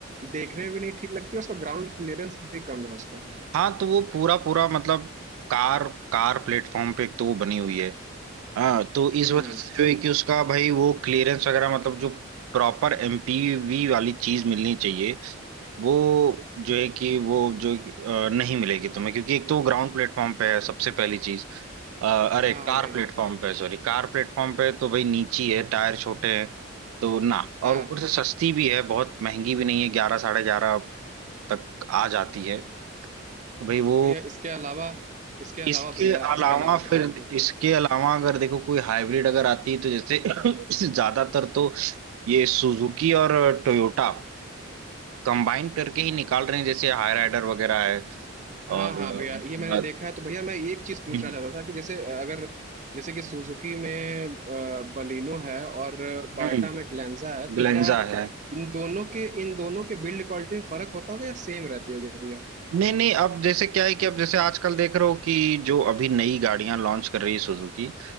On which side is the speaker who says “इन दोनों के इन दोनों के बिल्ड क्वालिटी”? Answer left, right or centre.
Right